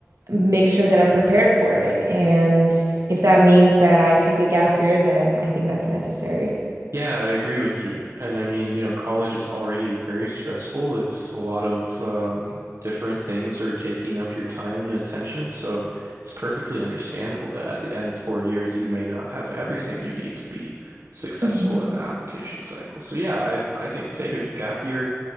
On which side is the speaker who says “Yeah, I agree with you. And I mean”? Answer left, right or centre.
Right